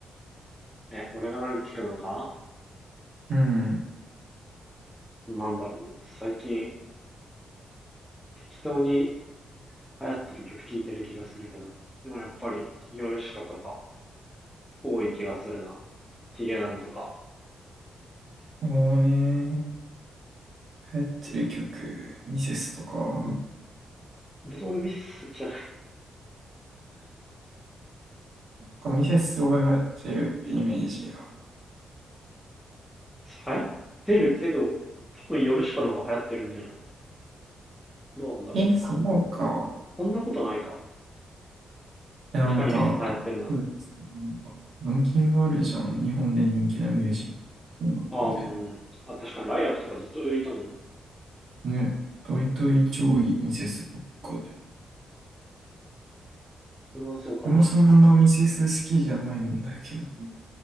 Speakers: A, in the centre; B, on the right.
A: え、俺が何聞くのか
B: うん。
A: なんだろう。最近、適当に流行ってる曲聞いてる気がするけど。でもやっぱり、ヨルシカとか、多い気がするな。ヒゲダンとか。
B: もうね、流行ってる曲、ミセスとか、なん
A: 別に俺ミセス好きじゃない。
B: かミセスすごい流行ってるイメージが。
A: 流行ってるけど、多分ヨルシカの方が流行ってるんじゃないどうなんだろう。
B: え、そうか。
A: そんなことないか。
B: えなんか、
A: 確かにミセス流行ってるな。
B: そうですランキングあるじゃん。日本で人気なミュージックみたい
A: あーうん。あ、確かにライラックとかずっと浮いたもんな。
B: な。ね、トイトイ上位ミセスばっかで。
A: それはそうかもしれない
B: でもそんなミセス好きじゃないんだけどね。